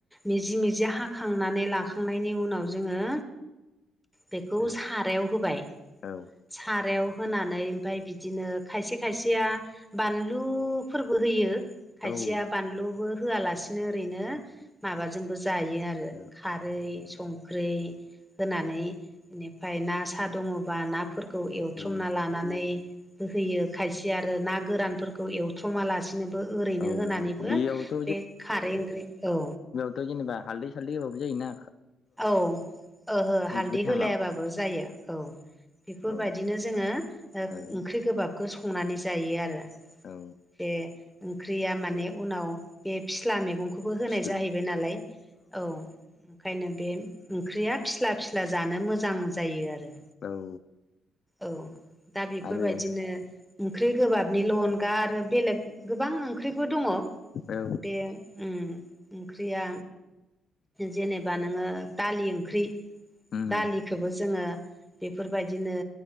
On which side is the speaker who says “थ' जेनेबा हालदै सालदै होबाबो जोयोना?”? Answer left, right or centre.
Left